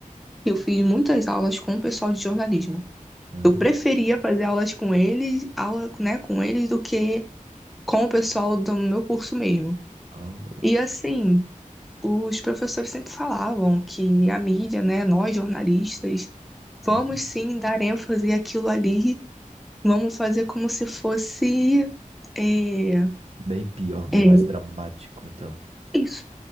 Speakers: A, in the centre; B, on the right (about 45°).
A: Eu fiz muitas aulas com o pessoal de jornalismo.
B: né?
A: Eu preferia fazer aulas com eles, aula, né, com eles do que com o pessoal do meu curso mesmo.
B: Ah, louco.
A: E assim, os professores sempre falavam que a mídia, né, nós jornalistas, vamos
B: Uhum.
A: sim dar ênfase àquilo ali, vamos fazer como se fosse é,
B: Bem pior, bem
A: é,
B: mais dramático, então.
A: isso,